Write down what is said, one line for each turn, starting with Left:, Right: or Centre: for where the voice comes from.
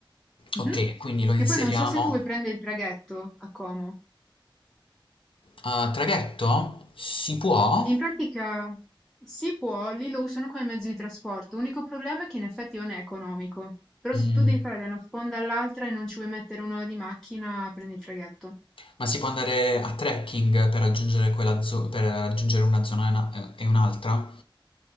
Left: Ok,
Centre: Mhm.
Left: quindi lo inseriamo.
Centre: Che poi non so se tu vuoi prendere il traghetto a Como.
Left: a traghetto? Si può?
Centre: In pratica si può, lì lo usano come mezzo di trasporto. L'unico problema è che in effetti non è economico. Però
Left: Mm,
Centre: se tu devi fare da una sponda all'altra e non ci vuoi mettere un'ora di macchina, prendi il traghetto.
Left: Ma si può andare a trekking per raggiungere quella zo- per raggiungere una zona e una- e un'altra?